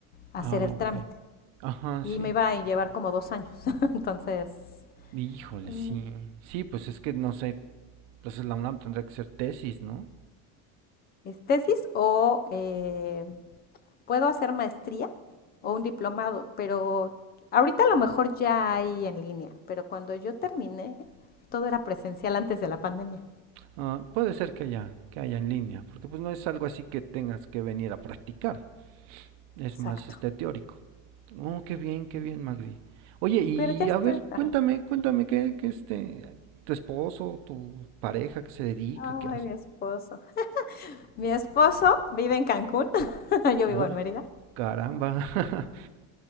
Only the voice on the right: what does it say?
Ah,
ok.
Ajá,
sí.
Híjole,
sí. Sí, pues es que no sé, pues la UNAM tendrá que ser tesis, ¿no?
Ah, puede ser que haya, que haya en línea, porque pues no es algo así que tengas que venir a practicar. es
más este teórico. Oh, qué bien, qué bien, Magdi. Oye, y
a ver,
cuéntame, cuéntame qué, qué este, tu esposo, tu pareja, qué se dedica,
qué hace.
Oh,
caramba. <laughs>